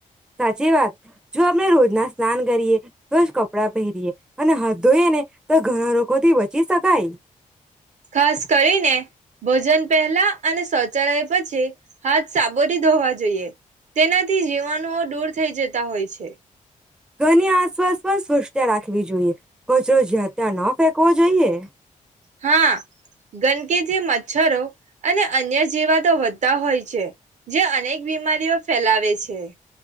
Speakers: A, in the centre; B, on the right.
A: સાચી વાત. જો આપણે રોજના સ્નાન કરીએ, રોજ કપડાં પહેરીયએ અને હાથ ધોઈએ ને તો ઘણા રોગોથી બચી શકાય.
B: ખાસ કરીને ભોજન પહેલા પલા અને શૌચાલય પછી. હાથ સાબો થી ધોવા જોઈએ તેનાથી જીવાણુઓ દૂર થઈ જતા હોય છે.
A: ઘરની આસપાસ પણ સ્વચ્છતા રાખવી જોઈએ. કચરો જ્યાં ત્યાં ન ફેંકવો જોઈએ.
B: હા ગંદકીથી મચ્છરો અને અન્ય જીવાતો વધતા હોય છે. જે અનેક બીમારીઓ ફેલાવે છે.